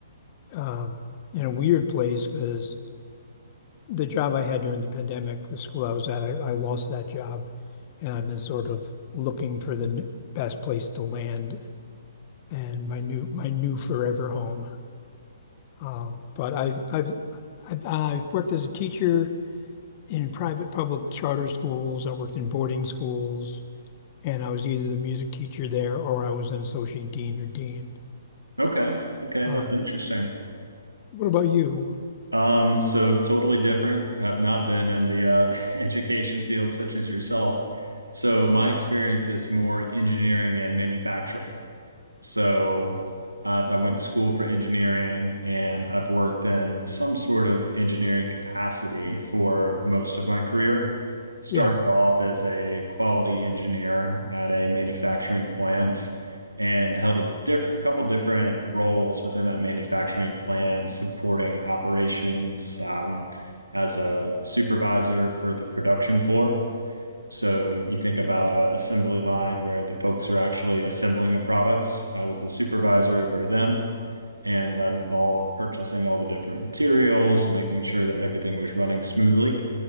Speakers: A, on the left; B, on the right.
A: um, in a weird place because the job I had during the pandemic, the school I was at, I, I lost that job, and I've been sort of looking for the n- best place to land and my new my new forever home. Um, but I've I've I've, I've worked as a teacher in private public charter schools. I worked in boarding schools, and I was either the music teacher there or I was an associate dean or dean.
B: Okay, okay,
A: Um,
B: that's interesting.
A: what about you?
B: Um, so totally different. Have not been in the uh, <laughs> education field such as yourself. So my experience is more engineering and manufacturing. So uh, I went to school for engineering and I've worked in some sort of engineering capacity for most of my career. Started
A: Yeah,
B: off as a quality engineer at a manufacturing plant and held a diff couple different roles within that manufacturing plant, supporting operations um, as a supervisor for the production floor. So you think about an assembly line where the folks are actually assembling a product. I was the supervisor over them, and that involved purchasing all the different materials and making sure that everything was running smoothly.